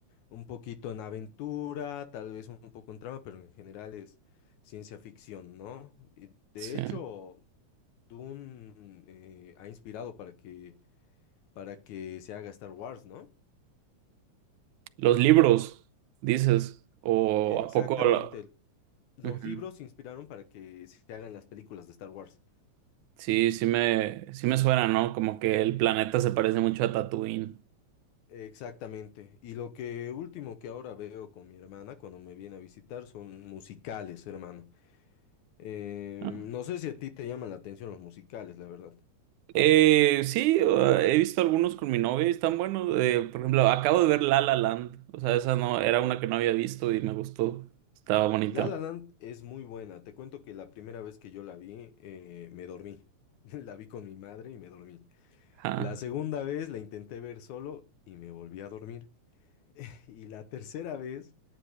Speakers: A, on the left; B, on the right.
A: un poquito en aventura, tal vez un poco en trama, pero en general es ciencia ficción, ¿no? Y de
B: Sí.
A: hecho, Dune eh, ha inspirado para que para que se haga Star Wars, ¿no?
B: Los libros, dices. ¿O
A: Exactamente.
B: a poco? la-
A: Los
B: Ujú.
A: libros se inspiraron para que se hagan las películas de Star Wars.
B: Sí, sí me, sí me suena, ¿no? Como que el planeta se parece mucho a Tatooine,
A: Exactamente. Y lo que último que ahora veo con mi hermana cuando me viene a visitar son musicales, hermano. Eh,
B: ¿no?
A: no sé si a ti te llaman la atención los musicales, la verdad.
B: Eh, sí, uh, he visto algunos con mi novia y están buenos. Eh, por ejemplo, acabo de ver La La Land. O sea, esa no, era una que no había visto y me gustó. Estaba bonito.
A: La La Land es muy buena. Te cuento que la primera vez que yo la vi, eh, me dormí. <laughs> La vi con mi madre y me dormí.
B: Ajá.
A: La segunda vez la intenté ver solo y me volví a dormir. Y la tercera vez